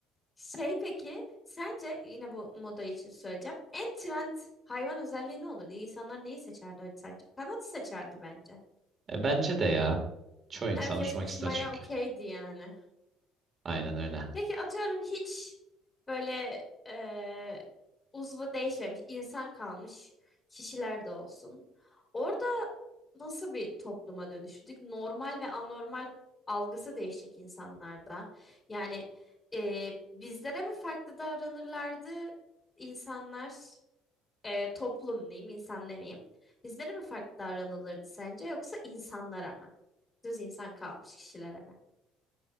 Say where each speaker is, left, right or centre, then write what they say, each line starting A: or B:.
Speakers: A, on the left; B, on the right.
A: Şey peki sence yine bu moda için söyleyeceğim. En trend hayvan özelliği ne olur? İnsanlar neyi seçerdi sence? Kanatı seçerdi bence.
B: E, bence de ya. Çoğu insan
A: Herkes
B: uçmak
A: uçmaya
B: ister çünkü.
A: okeydi yani.
B: Aynen öyle.
A: Peki atıyorum hiç böyle eee uzvu değişmemiş insan kalmış kişiler de olsun. Orada nasıl bir topluma dönüştük? Normal ve anormal algısı değişecek insanlarda. Yani e, bizlere mi farklı davranırlardı insanlar, e, toplum diyeyim, insan demeyeyim. Bizlere mi farklı davranılırdı sence yoksa insanlara mı? Düz insan kalmış kişilere mi?